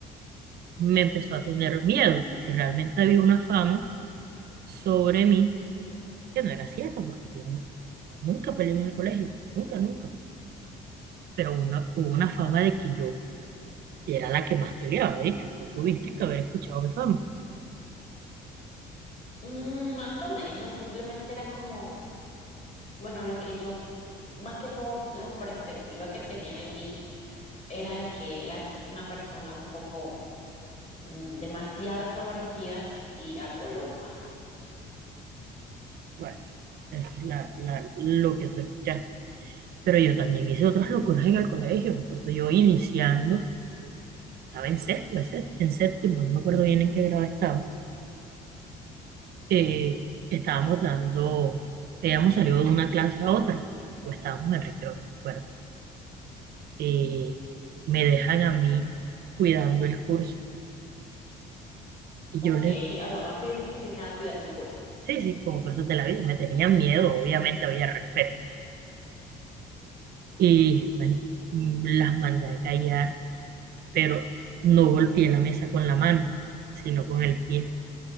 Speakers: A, on the right; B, on the left.
A: me empezó a tener miedo porque realmente había una fama sobre mí que no era cierta, porque yo nunca peleé en el colegio, nunca, nunca. Pero una, hubo una fama de que yo era la que más peleaba, de hecho, tú tuviste que haber escuchado mi fama.
B: Mm, más o menos, simplemente era como, bueno, lo que yo, más que todo, la perspectiva que tenía de ti era de que eras una persona un poco mm, demasiado extrovertida y algo loca.
A: Bueno, esa es la, la- lo que tú escuchaste. Pero yo también hice otras locuras en el colegio, me acuerdo yo iniciando, estaba en sexto, en en séptimo, no me acuerdo bien en qué grado estaba, eh, estábamos dando, habíamos salido de una clase a otra, o estábamos en recreo, no me acuerdo eh, me dejan a mí cuidando el curso. Y
B: Ok,
A: yo les,
B: además, más indisciplinada cuidando el curso.
A: sí, sí, como cosas de la vida, me tenían miedo, obviamente había respeto. Y man- las mandé a callar, pero no golpeé la mesa con la mano, sino con el pie.